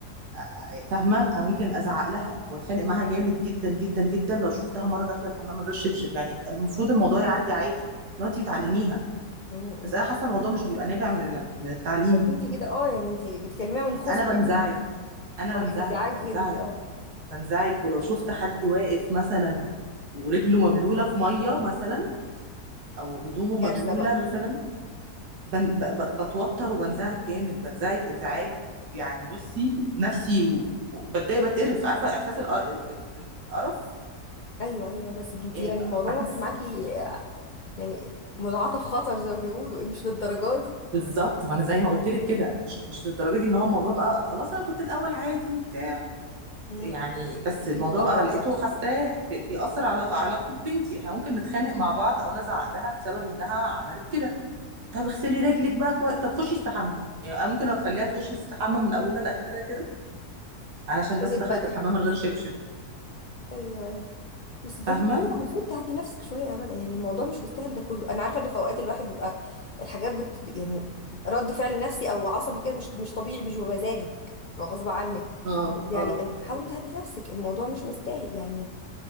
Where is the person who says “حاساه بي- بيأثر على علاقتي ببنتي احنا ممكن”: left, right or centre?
Right